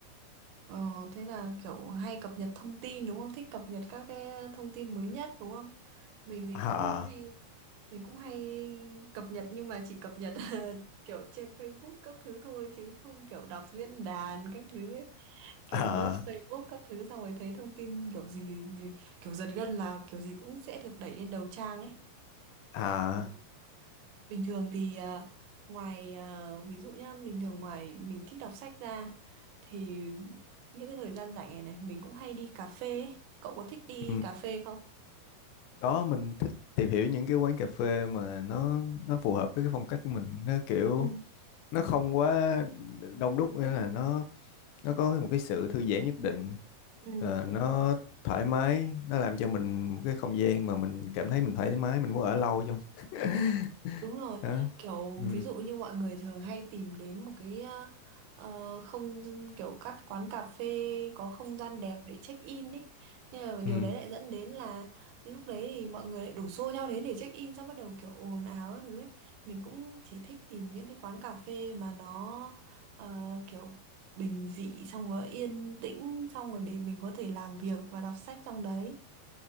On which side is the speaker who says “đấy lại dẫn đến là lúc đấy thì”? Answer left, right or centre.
Right